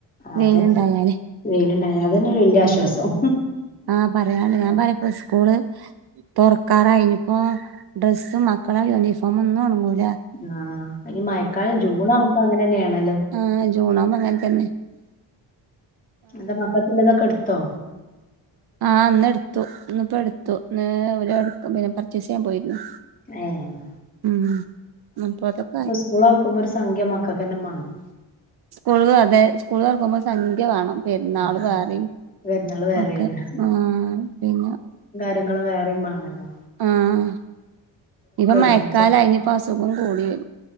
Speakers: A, on the left; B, on the right.
A: ആഹ്
B: വെയിലുണ്ടായാല്
A: അതന്നെ വെയിലുണ്ടായ അതന്നെ ഒരു വല്യ ആശ്വാസം
B: ഉം ആ പറയാണ്ട്
A: മഴ
B: ഞാൻ പറയാ ഇപ്പോ സ്കൂള് തുറക്കാറായിനിപ്പോ ഡ്രസ്സും മക്കളെ യൂണിഫോമും ഒന്നും ഒണങ്ങൂൽ
A: ആ ഇനി മയക്കാലം ജൂൺ ആകുമ്പോ അങ്ങനെ തന്നെയാണ്
B: ആ ജൂണാവുമ്പോ അങ്ങനെ തന്നെ
A: നിങ്ങ മക്കക്കുള്ളതൊക്കെ എടുത് ത്തോ
B: ആ ഇന്ന് എടുത്തു ഇന്നിപ്പോ എടുത്തു ഇന്ന് ഓല് എട് പർ ച്ചെസിയാൻ പോയിരുന്നു
A: ഏ ഉം
B: മ് ഇപ്പോതൊക്കെ ആയി
A: സ്കൂൾ തുറക്കുമ്പോ ഒരു സംഖ്യ മക്കൾക്കന്നെ വേണം
B: സ്കൂള് അതെ സ്കൂള് തുറക്കുമ്പോൾ സംഖ്യ വേണം പെരുന്നാള്
A: ആ,
B: വേറെയും
A: പെരുന്നാള് വേറെയാണ്
B: ഒക്കെ മ് പിന്നെ
A: ങ്ങള് വേറെയുംമാണല്ലോ
B: ആഹ് ഇപ്പൊ
A: ഒരുമിച്ച്
B: മയക്കാലായ് ഇനീപ്പോ അസുഖോം ഗുളിയൻ